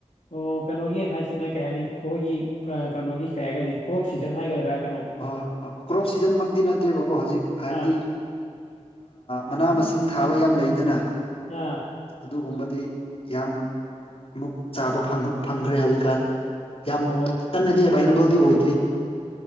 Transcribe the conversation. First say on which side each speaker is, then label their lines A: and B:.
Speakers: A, on the left (about 85°); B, on the left (about 50°).
A: ꯑꯣ ꯀꯩꯅꯣꯒꯤꯅ ꯍꯥꯏꯁꯤꯅ ꯀꯩ ꯍꯥꯏꯅꯤ ꯑꯩꯈꯣꯏꯒꯤ ꯀꯩꯅꯣꯒꯤ ꯀꯩ ꯍꯥꯏꯒꯅꯤ ꯀ꯭ꯔꯣꯞ ꯁꯤꯖꯟ ꯍꯥꯏꯒꯗ꯭ꯔꯥ ꯀꯩꯅꯣ
B: ꯑꯣꯏ ꯀ꯭ꯔꯣꯞ ꯁꯤꯖꯟꯃꯛꯇꯤ ꯅꯠꯇ꯭ꯔꯦꯕꯀꯣ ꯍꯧꯖꯤꯛ ꯍꯥꯏꯕꯗꯤ
A: ꯑꯥ
B: ꯃꯅꯥ ꯃꯁꯤꯡ ꯊꯥꯕ ꯌꯥꯝ ꯂꯩꯗꯅ
A: ꯑ
B: ꯑꯗꯨꯒꯨꯝꯕꯗꯤ ꯌꯥꯝ ꯑꯃꯨꯛ ꯆꯥꯕ ꯐꯪꯈ꯭ꯔꯦ ꯍꯧꯖꯤꯛꯀꯥꯟ ꯌꯥꯝ
A: ꯑꯣ
B: ꯀꯟꯅꯗꯤ ꯑꯦꯕꯥꯏꯂꯦꯕꯜꯗꯤ ꯑꯣꯏꯗ꯭ꯔꯤ